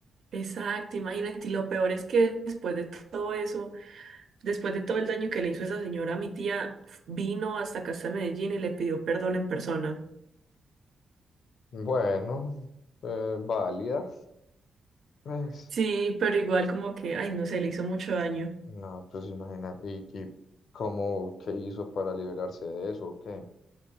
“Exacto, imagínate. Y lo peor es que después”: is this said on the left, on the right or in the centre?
Right